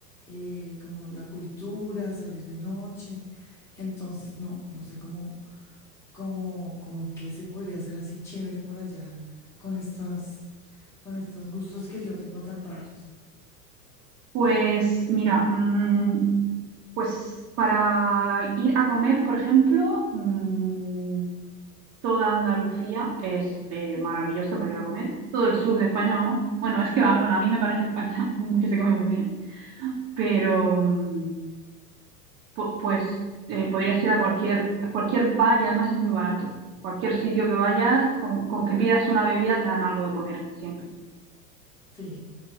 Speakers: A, in the centre; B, on the right (about 40°).
A: eh, como la cultura, salir de noche. Entonces, no, no sé cómo, cómo, cómo qué se podría hacer así chévere por allá con estas, con estos gustos que yo tengo tan raros.
B: Pues mira, mm, pues para ir a comer, por ejemplo, mm, toda Andalucía es eh, maravillosa para ir a comer, todo el sur de España, vamos. Bueno, es que va, bueno, a mí me parece España <laughs> que se come muy bien, pero... mm, po- pues eh, podrías ir a cualquier, a cualquier bar y además es muy barato. Cualquier sitio que vayas, con, con que pidas una bebida te dan algo de comer siempre.
A: Sí,